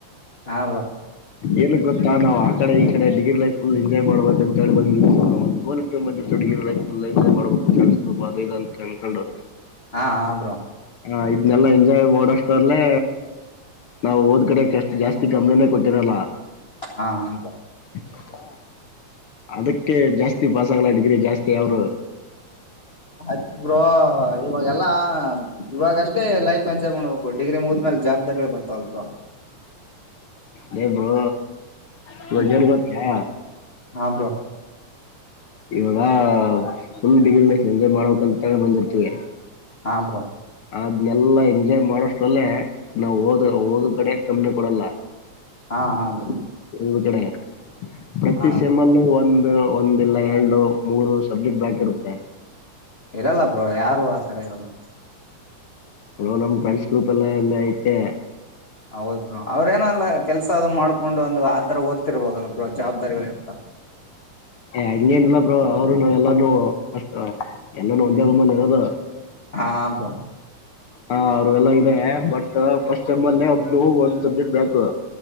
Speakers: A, on the left; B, on the left.
A: ಹಾ ಬ್ರೋ
B: ಏನು ಗೊತ್ತಾ ನಾವ್. ಈ ಕಡೆ ಈ ಕಡೆ ಡಿಗ್ರಿ ಲೈಫ್ ಫುಲ್ ಎಂಜಾಯ್ ಮಾಡಬೇಕ ಅಂತ ಹೇಳಿ ಬಂದಿರ್ತಿವ ನಾವ್ ಒಂದ್ ಗೋಲ್ ಇಟ್ಕೊಂಡ್ಬಂದಿರ್ತಿವ. ಮಾಡ್ಬೇಕು ಫುಲ್ ಎಂಜಾಯ್ ಮಾಡ್ಬೇಕು ಫೆಡ್ಸ್ ಗ್ರೂಪ್ ಅದ ಇದು ಅಂತ ಅನ್ಕೊಂಡು.
A: ಹಾ ಹಾ ಬ್ರೋ.
B: ಹ ಇದನೆಲ್ಲಾ ಎಂಜಾಯ್ ಮಾಡೋಷ್ಟ್ರಲ್ಲೆ ನಾವು ಓದ್ ಕಡೆಕ್ ಅಷ್ಟು ಜಾಸ್ತಿ ಗಮನನೇ ಕೊಟ್ಟಿರಲ್ಲ.
A: ಹಾ ಹೌದು.
B: ಹಾ. ಅದಕ್ಕೆ ಜಾಸ್ತಿ ಪಾಸ್ ಆಗ್ಲ ಡಿಗ್ರಿ ಜಾಸ್ತಿ ಯವರು.
A: ಆಯ್ತ್ ಬ್ರೋ ಇವಾಗೆಲ್ಲಾ. ಇವಾಗ ಅಷ್ಟೇ ಲೈಫ್ ಎಂಜಾಯ್ ಮಾಡ್ಬೇಕು ಡಿಗ್ರಿ ಮುಗಿದ್ಮೇಲೆ ಜವಾಬ್ದಾರಿಗಳ ಬರ್ತಾವಲ್ಪ.
B: They bro. ಈವಾಗ
A: ಹ್ಮ್
B: ಏನ್ ಗೊತ್ತಾ.
A: ಹಾ ಬ್ರೋ
B: ಇವಾಗ ಫುಲ್ ಡಿಗ್ರಿ ಎಂಜಾಯ್ ಮಾಡ್ಬೇಕಂತ ಹೇಳ್ ಬಂದಿರ್ತವಿ.
A: ಹಾ ಬ್ರೋ.
B: ಅದನೆಲ್ಲಾ ಎಂಜಾಯ್ ಮಾಡೋಷ್ಟ್ರಲ್ಲೇ ನಾವ್ ಓದು ಓದ ಕಡೆ ಗಮನಾ ಕೊಡಲ್ಲ.
A: ಹಾ ಹಾ ಬ್ರೋ.
B: ಓದ ಕಡೆ ಪ್ರತಿ
A: ಹಾ
B: ಸೆಮಲ್ಲೂ ಒಂದ್. ಒಂದ್ ಇಲ್ಲಾ ಎಲ್ಡು ಮೂರು ಸಬ್ಜೆಕ್ಟ್ ಬ್ಯಾಕಿರುತ್ತೆ.
A: ಇರಲ್ಲ ಬ್ರೋ ಯಾರು ಆತರ ಇರಲ್ಲ.
B: ಹ ನಮ್ ಫ್ರೆಂಡ್ಸ್ ಗ್ರೂಪ್ ಎಲ್ಲ ಎಲ್ಲ ಐತೆ.
A: ಹೌದ ಬ್ರೋ. ಅವ್ರೇನ ಅಲ್ಲ ಕೆಸ ಅದು ಮಾಡ್ಕೊಂಡ. ತಕೊಂಡು ಒಂದು ಆತರ ಓದ್ತಿರ್ಬಹದಲ್ಲ ಬ್ರೋ ಜವಾಬ್ದಾರಿಗಳು ಇರ್ತ.
B: ಹಂಗೇನಿಲ್ಲ ಬ್ರೋ ಅವ್ರು ನಾವ ಎಲ್ಲಾನೂ ಅಷ್ಟ ಎಲ್ಲಾನೂ ಒಂದೇ ರೂಮಲ್ಲಿ ಇರೋದು.
A: ಹಾ ಬ್ರೋ.
B: ಹಾ ಅವ್ರಗೆಲ್ಲ ಇದೆ ಬಟ್ ಫಸ್ಟ್ ಸೆಮಲ್ಲೆ ಒಬ್ಲು ಒಂದ್ ಸಬ್ಜೆಕ್ಟ್ ಬ್ಯಾಕು.